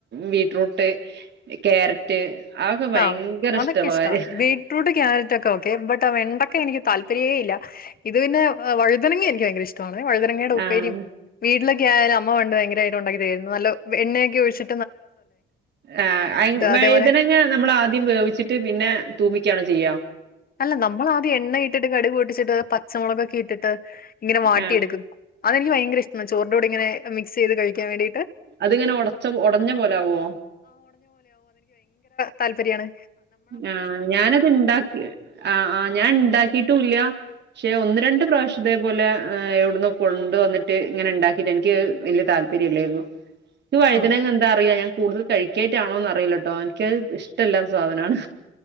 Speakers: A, on the right; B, on the left.
A: ബീറ്റ്റൂട്ട്, ക്യാരറ്റ് അതൊക്കെ ഭയങ്കര
B: ആഹ് അതൊക്കെ
A: ഇഷ്ടള്ള
B: ഇഷ്ടാ
A: കാര്യ
B: ബീറ്റ്റൂട്ട്, ക്യാരറ്റ് ഒക്കെ ഓക്കെ ബട്ട് ആ വെണ്ടക്ക എനിക്ക് താല്പ പര്യവേ ഇല്ല ഇത് പിന്നെ വഴുതനങ്ങ എനിക്ക് ഭയങ്കര ഇഷ്ടാ ട്ടണേ വഴുതനങ്ങേടെ ഉപ്പേരിം
A: ആഹ്
B: വീട്ടില ക്കായാലും അമ്മ പണ്ട് ഭയങ്കരായ്ട്ട് ഒണ്ടാക്കി തരുവാരുന്നു നല്ല എണ്ണയൊക്കെ ഒഴിച്ചി
A: ആ അയ് വയ്ദനങ്ങ
B: അതേപോലെ
A: നമ്മള് ആ വേവിച്ചിട്ട് പിന്നെ തൂമിക്കയാണ ചെയ്യ
B: അല്ല നമ്മള് ആദ്യം എണ്ണ ഇട്ടിട്ട് കടുക്പൊട്ടിച്ചിട്ട് പച്ചമുളകൊക്കെ ഇട്ടിട്ട് ഇങ്ങനെ വാട്ടിഎടുക്കും
A: ആഹ്
B: അതെനിക്ക് ഭയങ്കരിഷ് ആ ചോറിൻ്റോടെ ഇങ്ങനെ മിക്സ്ചെയ്ത് കഴി കെ വേടിട്ട്
A: അതിങ്ങനെ ഒടച്ച ഒടഞ്ഞ പോലെ ആവോ
B: താല്പര്യാണ്
A: ആ ഞാനത്ഇണ്ടാക്കി ആ ആ ഞാൻ ഉണ്ടാക്കിട്ടുംല്ല പക്ഷെ ഒന്ന് രണ്ട് പ്രാവശ്യം ഇതേ പോലെ എവിടന്നോ കൊണ്ട് വന്നിട്ട് ഇങ്ങനെ ഇണ്ടാക്കിട്ട് എനിക്ക് വലിയ താല്പര്യം ഇല്ലായിരുന്നു ഈ വഴുതനങ്ങ
B: ആഹ്
A: എന്താറിയാ ഞാൻ കൂടുതൽ കഴിക്കാഞ്ഞിട്ടാണോന്ന് അറിയില്ലോട്ടോ എനക്കത് ഇഷ്ടല്ലാത്ത സാധനമാണ്